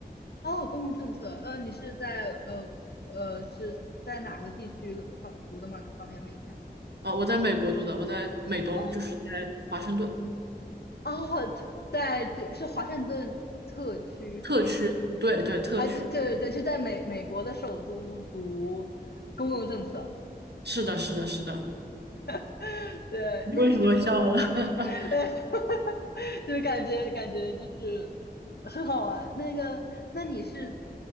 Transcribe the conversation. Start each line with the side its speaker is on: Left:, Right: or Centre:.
Left: 哦，公共政策，呃，你是在呃呃是在哪个地区方读的吗？方便问一下？
Right: 哦，我在美国读的，我在美东，
Left: 哦
Right: 就是在华盛顿
Left: 哦，这在这是华盛顿特区是吗？
Right: 特区。对对，特区。
Left: 啊，这这对是在美美国的首都读公共政策，
Right: 是的，是的，是的。
Left: <laughs> 对，
Right: 你为什么笑了？
Left: 那你是本
Right: <laughs>
Left: 哎，<laughs> 就是感觉感觉就是很好玩。那个，那你是